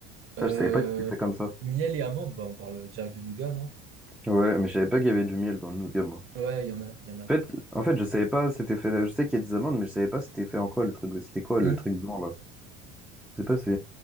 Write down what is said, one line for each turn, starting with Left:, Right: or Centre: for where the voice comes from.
Centre: Putain,
Right: Euh,
Centre: Je savais pas que c'était fait comme ça.
Right: miel et amande, bah on parle direct de nougat, non?
Centre: Ouais, mais je savais pas qu'il y avait du miel dans le nougat, moi.
Right: Ouais, il y en a, il y en a.
Centre: En fait, en fait, je savais pas c'était fait. Je sais qu'il y a des amandes, mais je savais pas c'était fait en quoi le truc. C'était quoi le
Right: Hum.
Centre: truc blanc là? Je sais pas si.